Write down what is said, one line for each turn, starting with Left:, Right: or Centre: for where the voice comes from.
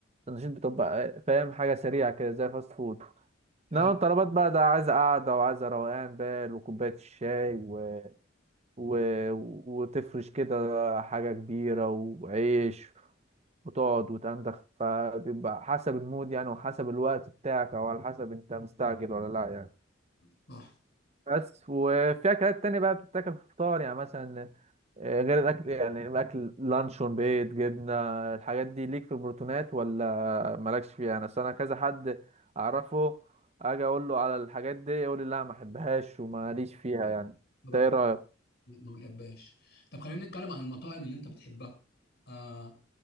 Right: النشيد بتبقى آه، فاهم حاجه سريعه كده زي فاست فود انما
Left: حلو
Right: الطلبات بقى ده عايزه قعده وعايزه روقان بال وكوبايه الشاي و... و... وتفرش كده حاجه كبيره وعيش وتقعد وتندخ فبيبقى حسب المود يعني وحسب الوقت بتاعك او على حسب انت مستعجل ولا لا يعني
Left: صح
Right: بس وفي اكلات تانية بقى بتتاكل في الفطار يعني مثلا آه، غير الاكل يعني الاكل لانشون بيض جبنه الحاجات دي ليك في البروتينات ولا مالكش فيها انا أصل انا كذا حد اعرفه اجي اقول له على الحاجات دي يقول لي لا ما احبهاش وماليش فيها يعني
Left: ما
Right: انت ايه
Left: بحب-
Right: رايك
Left: ما بحبهاش طب خلينا نتكلم عن المطاعم اللي انت بتحبها آه